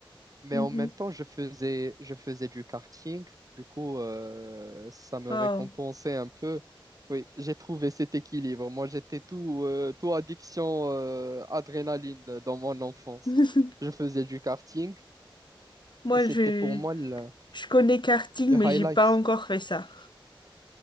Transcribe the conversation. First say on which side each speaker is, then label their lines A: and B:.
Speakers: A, on the right; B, on the left.
A: Mais
B: mhm.
A: en même temps, je faisais, je faisais du karting. Du coup, euh, ça me
B: Oh.
A: récompensait un peu. Oui, j'ai trouvé cet équilibre. Moi, j'étais tout, euh, tout addiction, euh, adrénaline dans mon enfance.
B: <laughs>
A: Je faisais du karting
B: Moi,
A: et c'était
B: je,
A: pour moi le,
B: je connais karting,
A: le
B: mais
A: highlight.
B: j'ai pas encore fait ça.